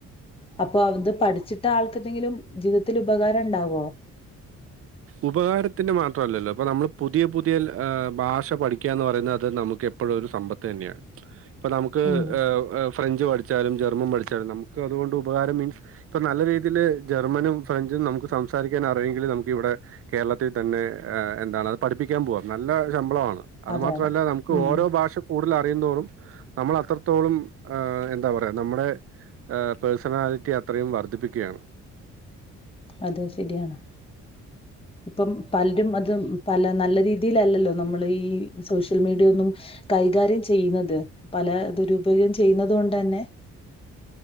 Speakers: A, on the left; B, on the right.
A: അപ്പൊ അത് പഠിച്ചിട്ട് ആൾക്കെന്തെങ്കിലും ജീവിതത്തിൽ ഉപകാരം ഉണ്ടാവോ
B: ഉപകാരത്തിന്റെ മാത്രല്ലല്ലോ അപ്പൊ നമ്മൾ പുതിയ പുതിയ ഭാഷ പഠിക്കാന്ന് പറയുന്നത് അത് നമുക്ക് എപ്പോഴും ഒരു സമ്പത്ത് തന്നെയാണ് ഇപ്പൊ നമുക്ക്
A: ഉം
B: ഫ്രഞ്ച് പഠിച്ചാലും ജർമ്മൻ പഠിച്ചാലും നമുക്ക് അതുകൊണ്ട് ഉപകാരം മീൻസ് ഇപ്പ നല്ല രീതിയിൽ ജർമ്മനും ഫ്രഞ്ചും നമുക്ക് സംസാരിക്കാൻ അറിയിൻ നമുക്ക് ഇവിടെ കേരളത്തിൽ തന്നെ എന്താണ് അത് പഠിപ്പിക്കാൻ പോവാം നല്ല ശമ്പളമാണ്. അത്
A: അതെ
B: മാത്രമല്ല
A: അതെ
B: നമുക്ക്
A: ഉം
B: ഓരോ ഭാഷ കൂടുതൽ അ അറിയും തോറും നമ്മൾ അത്രത്തോളം എന്താ പറയാ നമ്മുടെ പേഴ്സണാലിറ്റി അത്രയും വർധിപ്പിക്കുകയാണ്
A: അതെ ശരിയാണ് ഇപ്പം പൽ അത് പല നല്ല രീതിൽഅല്ലല്ലോ നമ്മൾ ഈ സോഷ്യൽ മീഡിയ ഒന്നും കൈകാര്യം ചെയ്യുന്നത് പല ദുരുപയോഗം ചെയ്യുന്നത് കൊണ്ട് തന്നെ.